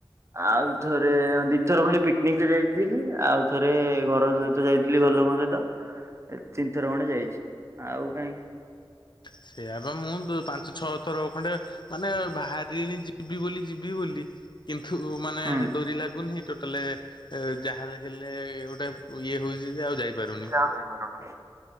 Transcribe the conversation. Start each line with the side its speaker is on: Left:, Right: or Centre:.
Right: ଆଉ ଥରେ ଦି ଥର ଖଣ୍ଡେ ପିକନିକରେ ଯାଇଥିଲି ଆଉ ଥରେ ଘର ସହିତ ଯାଇଥିଲି ଘର ଲୋକଙ୍କ ସହିତ। ଏ ତିନିଥର ଖଣ୍ଡେ ଯାଇଛି ଆଉ କାଇ।
Left: ସେଆବେ ମୁଁ ପାଞ୍ଚ ଛଅ। ତର ଖଣ୍ଡେ ମାନେ ବାହାରିଣି ଯିବି ବୋଲି ଯିବି ବୋଲି। କିନ୍ତୁ ମାନେ
Right: ହୁଁ।
Left: ଡୋରି ଲାଗୁନି ଟୋଟାଲେ ଯାହା ହେଲେ ଗୋଟେ ଇଏ ହଉଛି ଯେ ଆଉ ଯାଇପାରୁନି।
Right: ଯାଇପାରୁନି।